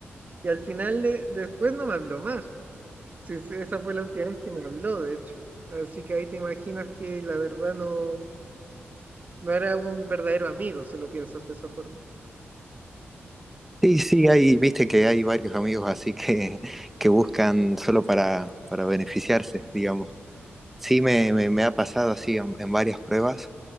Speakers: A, on the right; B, in the centre.
A: y al final le- después no me habló más, Sí, sí, esa fue la última vez que me habló, de hecho, así que ahí te imaginas que la verdad no, no era un verdadero amigo, si lo piensas de esa forma,
B: Sí, sí, hay, viste que hay varios amigos así que, que buscan solo para, para beneficiarse, digamos. Sí, me, me, me ha pasado así en, en varias pruebas